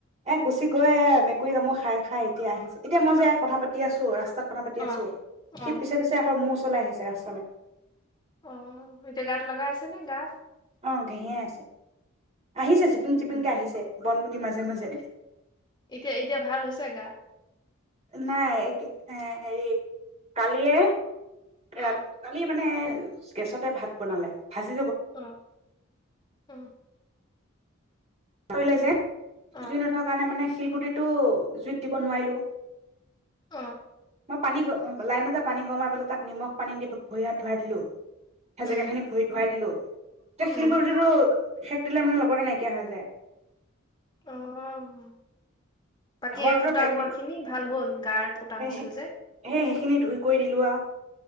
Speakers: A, on the right; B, on the left.
A: এ গুচি গৈ মেকুৰী কামুৰ খাই খাই এতিয়া আহিছে। এতিয়া মই যে কথা পাতি আছোঁ ৰাস্তাত কথা পাতি
B: অ
A: আছোঁ, সি
B: অ
A: পিছে পিছে আকৌ মোৰ ও ওচৰলৈ আহিছে ৰাস্তালৈ।
B: অ এতিয়া গাত লগাই আছে নে? গাত
A: অ ঘেঁহিয়াই আছে। আহিছে জিপিন জিপিনকে
B: উম।
A: আহিছে। বন গুটি মাজে, মাজে
B: এতিয়া-এতিয়া ভাল হৈছে গা?
A: নাই, এক এ হেৰি কালিয়ে
B: অ
A: ৰাত, কালি মানে গেছতে ভাত বনালে। ভাজি
B: অ, অ।
A: কৰিলে যে।
B: অ
A: জুই নথকা কাৰণে মানে শিল গুটিটো জুইত দিব নোৱাৰিলোঁ।
B: অঁ।
A: মই পানী অ লাইনতে পানী গৰম কৰি পেলাই তাক নিমখ পানী দি ভৰি হাত ধুৱাই দিলোঁ। সেই
B: উম
A: জেগা খিনিত ভৰি ধুৱাই দিলোঁ। এই
B: উম
A: শিলগুটি টো শেক দিলে মানে লগতে নাইকিয়া হৈ যায়।
B: অঁ', বাকী
A: হৰদৰ
B: এই ফুটা
A: বেগ
B: হোৱা
A: দি
B: খিনি ভাল হ'ল, গাৰ ফুটা
A: সেই
B: হৈছিল যে?
A: সেইখিনি ধুই কৰি দিলোঁ আৰু।